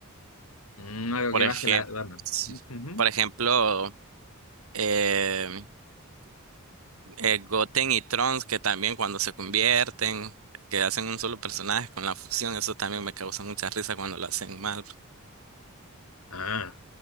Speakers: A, on the left; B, on the right.
A: Mm, algo
B: Por
A: que
B: ejemplo,
A: baje la... Ujú.
B: por ejemplo, eh, eh, Goten y Trunks, que también cuando se convierten, que hacen un solo personaje con la fusión, eso también me causa mucha risa cuando lo hacen mal.
A: Ah.